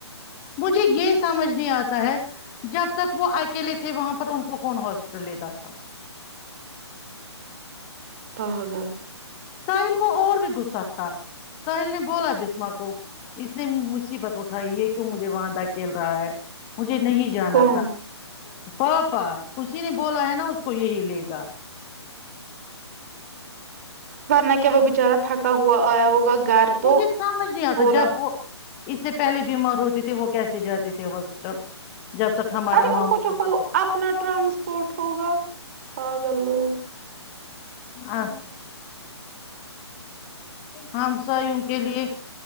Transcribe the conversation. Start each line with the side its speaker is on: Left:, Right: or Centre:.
Left: مجھے یہ سمجھ نہیں آتا ہے جب تک وہ اکیلے تھے وہاں پر ان کو کون ہاسپٹل لیتا تھا
Right: پاگل
Left: ساحل کو اور بھی غصہ تھا ساحل نے بولا بسما کو اس نے مصیبت اٹھائی یہ کیوں مجھے وہاں داکھیل رہا ہے مجھے نہیں جانا
Right: کون
Left: تھا پاپا اسی نے بولا ہے نا اس کو یہی لے گا
Right: ورنہ کیا وہ بچارا تھکا ہوا آیا ہوگا گھر تو
Left: مجھے سمجھ نہیں آتا
Right: بولا
Left: جب وہ اس سے پہلے بیمار ہوتے تھے وہ کیسے جاتے تھے ہاسپٹل جب تک ہمارا
Right: ارے
Left: ماموں
Right: ان کو جو
Left: وہاں
Right: ہو
Left: نہیں-
Right: اپنا ٹرانسپورٹ ہوگا پاگل لوگ
Left: آ ہاں ہم کے لیے